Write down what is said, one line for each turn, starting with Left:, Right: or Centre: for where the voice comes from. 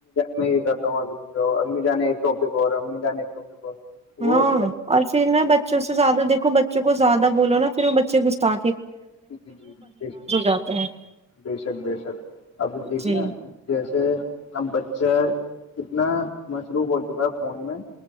Left: میں یہ کرتا ہوں ابھی رک جاؤ امی جان ایک ٹاپک اور امی جانے ایک ٹاپک اور وہ
Right: ہاں اور پھر نہ بچوں سے زیادہ دیکھو بچوں کو زیادہ بولو نہ پھر وہ بچے گھستا
Left: جی جی جی بے شک
Right: جاتے ہیں
Left: بے شک بے شک اب دیکھنا
Right: جی
Left: جیسے ہم بچے اتنا مصروف ہو چکا ہے فون میں